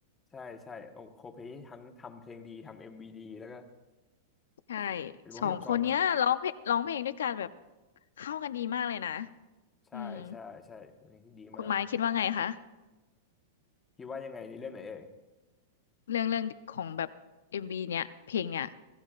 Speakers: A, on the left; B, on the left.
A: ใช่ใช่โอ้โคเพลนี่ทั้งทำเพลงดีทำเอ็มวีดีแล้วก็
B: ใช่
A: <laughs> เป็นวงที่ผมชอบมาก
B: สองคนเนี้ยร้องเพลงร้องเพลงด้วยกันแบบเข้ากันดีมากเลยนะ
A: ใช่ใช่ใช่เป็นเพลงที่ดีมาก
B: อืมคุณไม้คิดว่าไงคะ
A: คิดว่ายังไงในเรื่องไหนเอ่ย
B: เรื่องเรื่องของแบบเอ็มวีเนี้ยเพลงเนี้ย